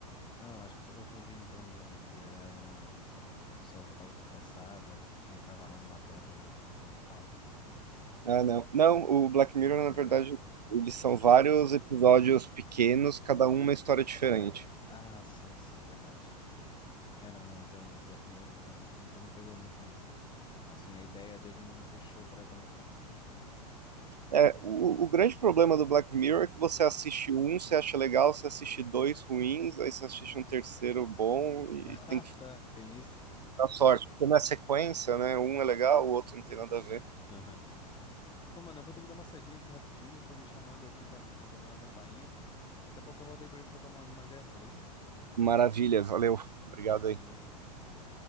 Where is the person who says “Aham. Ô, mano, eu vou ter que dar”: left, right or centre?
Left